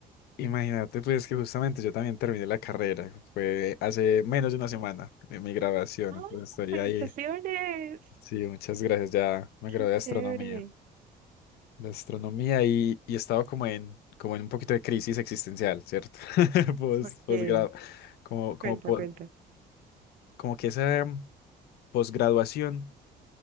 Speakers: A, on the left; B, on the right.
A: Imagínate, pues que justamente yo también terminé la carrera. Fue hace menos de una
B: Sí.
A: semana de mi graduación.
B: ¡Ah!
A: Entonces estoy
B: ¡Felicitaciones!
A: ahí. Sí, muchas gracias. Ya me
B: ¡Qué
A: gradué de
B: chévere!
A: astronomía. De astronomía y, y he estado como en, como en un poquito de crisis existencial, ¿cierto? <laughs> Post,
B: ¿Por
A: posgrado.
B: qué?
A: Como, como
B: Cuenta,
A: po-
B: cuenta.
A: como que esa posgraduación,